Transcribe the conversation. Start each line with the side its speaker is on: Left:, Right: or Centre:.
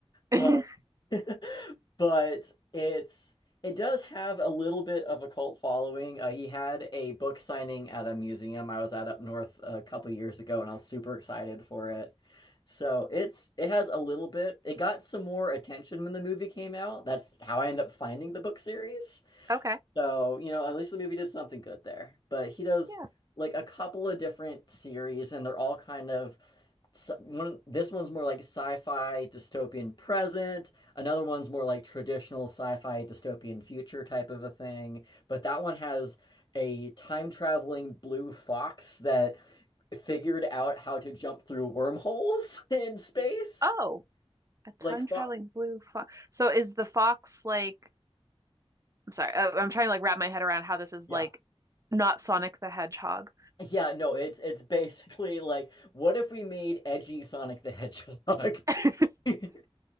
Right: <laughs>
Left: Um, <laughs> But it's it does have a little bit of a cult following. Uh, he had a book signing at a museum I was at up north a couple years ago, and I was super excited for it. So it's it has a little bit. It got some more attention when the movie came out. That's how I ended up finding the book series.
Right: Okay.
Left: So, you know, at least the movie did something good there. But he does
Right: Yeah.
Left: like a couple of different series, and they're all kind of s- one. This one's more like sci-fi dystopian present. Another one's more like traditional sci-fi dystopian future type of a thing. But that one has a time traveling blue fox that figured out how to jump through wormholes <laughs> in space.
Right: Oh, a time
Left: Like, Fox,
Right: traveling blue fox. So is the fox like I'm sorry, uh, I'm trying to like wrap my head around how this is
Left: yeah.
Right: like not Sonic the Hedgehog,
Left: Yeah, no, it's it's basically like, what if we made edgy Sonic the Hedgehog?
Right: <laughs> who
Left: <laughs>